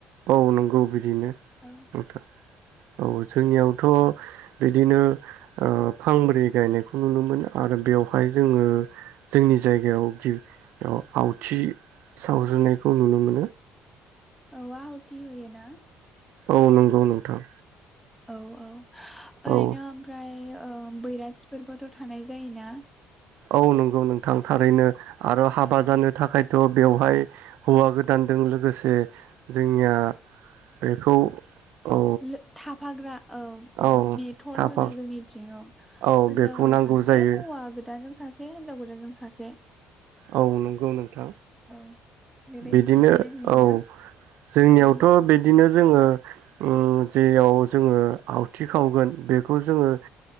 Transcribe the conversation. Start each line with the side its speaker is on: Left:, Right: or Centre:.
Right: औ, नंगौ बि बिदिनो
Centre: औ
Right: नोंथां औ, जोंनियाथ' बिदिनो ओ फांब्रै गायनायखौ नुनो मोनो आरो बेवहाय जोङो, जोंनि जायगायाव गि आवथि सावजेनायखौ नुनो मोन
Centre: औ, आउथ थिहोयो ना?
Right: औ नंगौ नोंथां।
Centre: औ औ ओरैनो
Right: औ
Centre: ओमफ्राय ओ बैराथिफोरबोथ' थानाय जायोना?
Right: औ नंगौ नोंथां थारैनो। आरो हाबा
Centre: औ
Right: जानो थाखाय थ' बेवहाय हौवा गोदानदों लोगोसे जोंनिया बेखौ औ
Centre: लो थाफाग्रा ओ
Right: औ
Centre: मेथर
Right: थाफा
Centre: होनो जोंनिथिङाव
Right: औ
Centre: हिनजावजों
Right: बेखौ नांगौ
Centre: सासे
Right: जायो
Centre: हौवा गोदान जों सासे हिनजाव गोदान जों सासे।
Right: औ नंगौ नोंथां।
Centre: औ बेबायदि
Right: बिदिनो
Centre: थाफानाय नुयोना
Right: औ जोंनियावथ'
Centre: उम
Right: बिदिनो जोंडो उम्म जेराव जोंडो आवाथि सावगोन बेखौ जोंडो